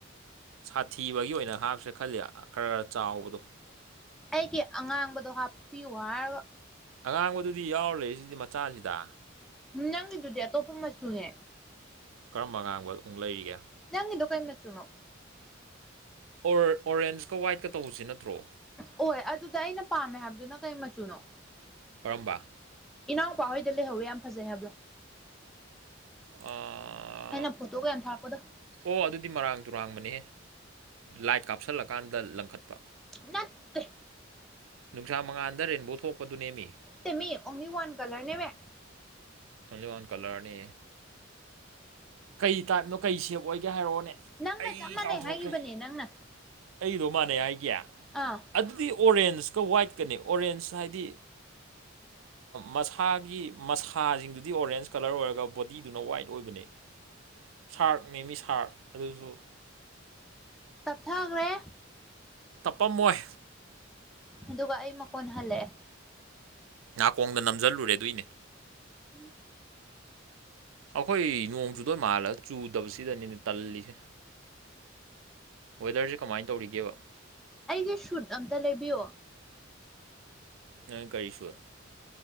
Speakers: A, on the right; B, in the centre.
A: ꯁꯥꯊꯤꯕꯒꯤ ꯑꯣꯏꯅ ꯍꯥꯞꯁꯦ ꯈꯜꯂꯤ ꯈꯔ ꯈꯔ ꯆꯥꯎꯕꯗꯣ
B: ꯑꯩꯒꯤ ꯑꯉꯥꯡꯕꯗꯣ ꯍꯥꯞꯄꯤꯌꯨ ꯍꯥꯏꯒ
A: ꯑꯉꯥꯡꯕꯗꯨꯗꯤ ꯌꯥꯎꯔ ꯂꯩꯁꯤꯗꯤ ꯃꯆꯥꯁꯤꯗ
B: ꯅꯪꯒꯤꯗꯨꯗꯤ ꯑꯇꯣꯞꯄ ꯃꯆꯨꯍꯦ
A: ꯀꯔꯝꯕ ꯉꯥꯡꯕꯗ ꯑꯃꯨꯛ ꯂꯩꯔꯤꯒꯦ
B: ꯅꯪ ꯏꯗꯣ ꯀꯥꯏꯝ ꯃ ꯆꯨꯅꯣ
A: ꯑꯣꯔꯦꯟꯁꯀ ꯋꯥꯏꯠꯀ ꯇꯧꯁꯤ ꯅꯠꯇ꯭ꯔꯣ
B: ꯍꯣꯏ ꯑꯗꯨꯗ ꯑꯩꯅ ꯄꯥꯝꯃꯦ ꯍꯥꯏꯕꯗꯨꯅ ꯀꯩ ꯃꯆꯨꯅꯣ
A: ꯑꯣꯏꯔꯝꯕ
B: ꯏꯅꯥꯎꯄꯥꯍꯣꯏꯗ ꯂꯩꯍꯧꯋꯦ ꯌꯥꯝ ꯐꯖꯩ ꯍꯥꯏꯕꯗꯣ
A: ꯑ
B: ꯑꯩꯅ ꯐꯣꯇꯣꯒ ꯌꯥꯝ ꯊꯔꯛꯄꯗꯣ
A: ꯑꯣ ꯑꯗꯨꯗꯤ ꯃꯔꯥꯡ ꯇꯨꯔꯥꯡꯕꯅꯦ ꯂꯥꯏꯠ ꯀꯥꯞꯁꯤꯜꯂꯀꯥꯟꯗ ꯂꯪꯈꯠꯄ
B: ꯅꯠꯇ꯭ꯔꯦ
A: ꯅꯨꯡꯁꯥ ꯃꯉꯥꯜꯗ ꯔꯦꯟꯕꯣ ꯊꯣꯛꯄꯗꯨ ꯅꯦꯝꯃꯤ
B: ꯇꯃꯤ ꯑꯣꯡꯂꯤ ꯋꯥꯟ ꯀꯂꯔꯅꯦꯕ
A: ꯇꯂꯤ ꯋꯥꯟ ꯀꯂꯔꯅꯦ ꯀꯩ ꯇꯥꯏꯞꯅꯣ ꯀꯩ ꯁꯦꯞ ꯑꯣꯏꯒꯦ ꯍꯥꯏꯔꯛꯑꯣꯅꯦ
B: ꯅꯪꯒ
A: ꯑꯩ
B: ꯆꯞ ꯃꯥꯟꯅꯩ
A: ꯀꯥꯎꯊꯣꯛꯈ꯭ꯔꯦ
B: ꯍꯥꯏꯈꯤꯕꯅꯦ ꯅꯪꯅ
A: ꯑꯩꯗꯣ ꯃꯥꯥꯟꯅꯦꯩ ꯍꯥꯏꯒꯦ
B: ꯑꯥ
A: ꯑꯗꯨꯗꯤ ꯑꯣꯔꯦꯟꯖꯀ ꯋꯥꯏꯠꯀꯅꯦ ꯑꯣꯔꯦꯟꯖ ꯍꯥꯏꯗꯤ ꯃꯁꯥꯒꯤ ꯃꯁꯥ ꯍꯥꯥꯁꯤꯡꯗꯨꯗꯤ ꯑꯣꯔꯦꯟꯁ ꯀꯂꯔ ꯑꯣꯏꯔꯒ ꯕꯣꯗꯤꯗꯨꯅ ꯋꯥꯏꯠ ꯑꯣꯏꯕꯅꯦ ꯁꯥꯔ ꯃꯦꯝꯃꯤ ꯁꯥꯔ ꯑꯗꯨꯁꯨ
B: ꯇꯞꯊꯈ꯭ꯔꯦ
A: ꯇꯞꯄꯝꯃꯣꯏ
B: ꯑꯗꯨꯒ ꯑꯩ ꯃꯈꯣꯟ ꯍꯜꯂꯛꯑꯦ
A: ꯉꯥꯀꯣꯡꯗ ꯅꯝꯁꯤꯜꯂꯨꯔꯦ ꯑꯗꯨꯣꯏꯏꯅꯦ
B: ꯎꯝ
A: ꯑꯩꯈꯣꯏ ꯅꯣꯡ ꯆꯨꯗꯣꯏ ꯃꯥꯜꯂ ꯆꯨꯗꯕꯁꯤꯗꯅꯤꯅꯦ ꯇꯜꯂꯤꯁꯦ ꯋꯦꯗꯔꯁꯦ ꯀꯃꯥꯏꯅ ꯇꯧꯔꯤꯒꯦꯕ
B: ꯑꯩꯒꯤ ꯁꯨꯠ ꯑꯝꯇ ꯂꯩꯕꯤꯌꯣ
A: ꯅꯪ ꯀꯔꯤꯁꯨ